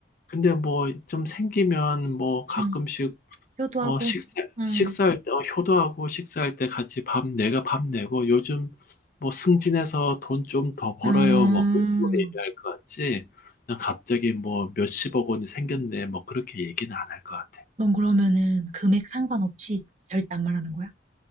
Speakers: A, on the left; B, on the right.
A: 근데 뭐, 좀 생기면 뭐, 가끔씩
B: 음. 효도하고.
A: 어, 식사,
B: 음.
A: 식사할 때, 어, 효도하고 식사할 때 같이 밥, 내가 밥 내고, 요즘 뭐 승진해서 돈 좀 더 벌어요.
B: 음.
A: 뭐 그런 식으로 얘기할 것 같지. 난 갑자기 뭐 몇십억 원이 생겼네. 뭐 그렇게 얘기는 안 할 것 같아.
B: 넌 그러면은 금액 상관없이 절대 안 말하는 거야?